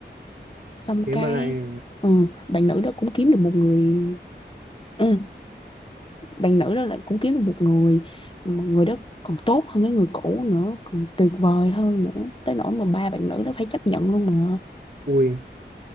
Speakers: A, on the left; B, on the right.
A: xong
B: Thế
A: cái
B: mà lại
A: ừ, bạn nữ đó cũng kiếm được một người ừ, bạn nữ đó lại cũng kiếm được một người mà người đó còn tốt hơn cái người cũ nữa còn tuyệt vời hơn nữa tới nỗi mà ba bạn nữ đó phải chấp nhận luôn mà
B: Ui